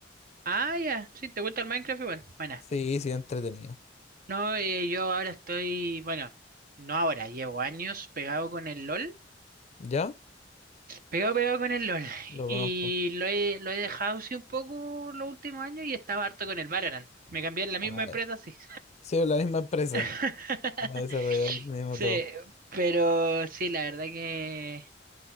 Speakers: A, on the right; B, on the left.
A: Ah, ya, sí, ¿te gusta el Minecraft igual? Bueno,
B: Sí, sí, entretenido.
A: no, eh, yo ahora estoy, bueno, no ahora, llevo años pegado con el LOL,
B: ¿Ya?
A: pegado, pegado con el LOL.
B: Lo
A: Y
B: conozco.
A: lo he, lo he dejado así un poco los últimos años y estaba harto con el Valorant. Me cambié en la
B: Ah,
A: misma empresa,
B: ya.
A: sí.
B: Sí, es la misma empresa.
A: <laughs>
B: Me ha desarrollado el mismo
A: Sí,
B: todo.
A: pero sí, la verdad que